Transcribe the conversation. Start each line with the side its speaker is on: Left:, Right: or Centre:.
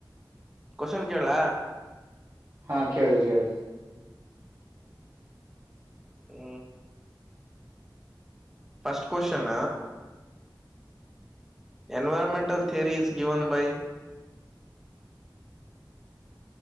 Centre: ಕೋಶನ್ ಕೇಳಾ
Right: ಹಾ ಕೇಳಿ ಕೇಳಿ
Centre: ಹು first question environmental theory is given by